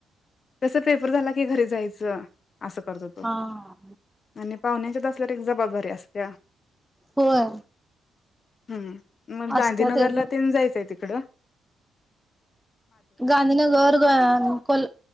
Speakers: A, on the left; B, in the centre.
A: कस पेपर झाला की घरी जायचं. असं करत ओतो
B: हा
A: आणि पाहुण्यांच्यात असल्यावर एक जबाबदारी असत्या.
B: होय
A: हम्म मग गांधीनगरला
B: असतात येत
A: तेन जायचाय तिक कडं
B: गांधीनगर <unintelligible> कोल्